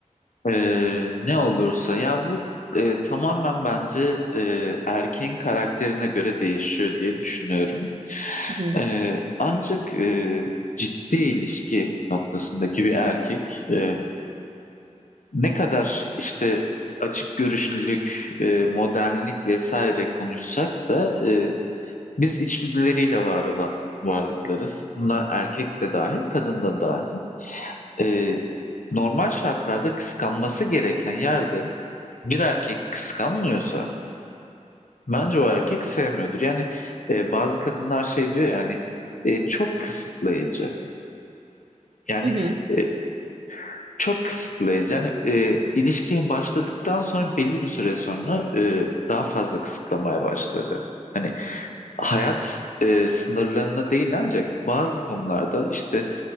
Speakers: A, on the left; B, on the right.
A: Ee, ne olursa ya bu e, tamamen bence e, erkeğin karakterine göre değişiyor diye düşünüyorum.
B: Hı hı.
A: Ee, ancak e, ciddi ilişki noktasındaki bir erkek e, ne kadar işte açık görüşlülük, e, modernlik vesaire konuşsak da e, biz içgüdüleriyle var olan varlıklarız. Bunlar erkek de dahil, kadın da dahil. Ee, normal şartlarda kıskanması gereken yerde bir erkek kıskanmıyorsa bence o erkek sevmiyordur. Yani e, bazı kadınlar şey diyor yani çok kısıtlayıcı. Yani
B: Hı
A: e, çok kısıtlayıcı. Yani e, ilişkiye başladıktan sonra belli bir süre sonra e, daha fazla kısıtlamaya başladı. Hani hayat e, sınırlarına değil ancak bazı konularda işte